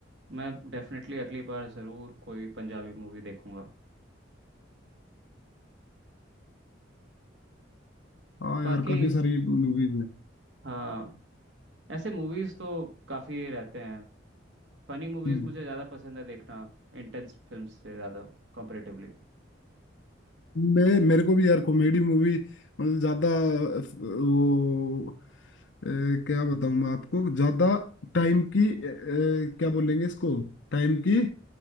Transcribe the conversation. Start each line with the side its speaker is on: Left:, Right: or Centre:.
Right: मैं डेफिनेटली अगली बार ज़रूर कोई पंजाबी मूवी देखूंगा
Left: हाँ
Right: बाकी
Left: यार काफी सारी मूवीज
Right: हाँ ऐसे मूवीज़ तो काफ़ी रहते हैं फनी मूवीज़
Left: है
Right: मुझे ज़्यादा पसंद है देखना इंटेंस फिल्म से ज़्यादा कंपेरेटिवली
Left: मैं मेरे को भी यार कॉमेडी मूवी मतलब ज्यादा अ, वो अ, क्या बताऊं मैं आपको ज्यादा टाइम की अ, अ, क्या बोलेंगे इसको टाइम की